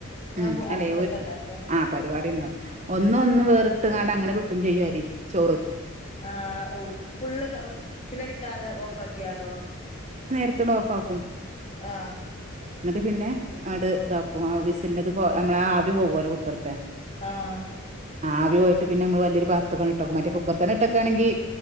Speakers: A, on the left; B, on the right.
A: ഞാൻ
B: ഉം അല്ലെ
A: അടുപ്പത്ത
B: ഒരു
A: ഇണ്ടാക്ക
B: ആ പരിപാടി ഉണ്ടാവും ഒന്ന് ഒന്നും വേറിട്ട്ങ്ങാണ്ട് അങ്ങനെ കിട്ടും ചെയ്യും അരി ചോറ്
A: ആ ഫുള്ള് വിസ്‌ലടി ക്കാതെ ഓഫ് ആക്കിയേണ്ടോ.
B: ത്ത് ചെന്ന് ഓഫാക്കും.
A: ആഹ്
B: എന്നിട്ട് പിന്നെ അങ്ങോട്ട് ഇതാക്കും, ആ വിസിലിന്റത് പോ നമ്മളെ ആവിപോവൂലോ കുക്കറിലത്തെ.
A: ആഹ്
B: ആവി പോയിട്ട് പിന്നെ നമ്മള് വലിയൊരു പാത്രത്തെ കൊണ്ടാകും, മറ്റേ കുക്കർ തന്നെ ഇട്ടക്കാണെങ്കിൽ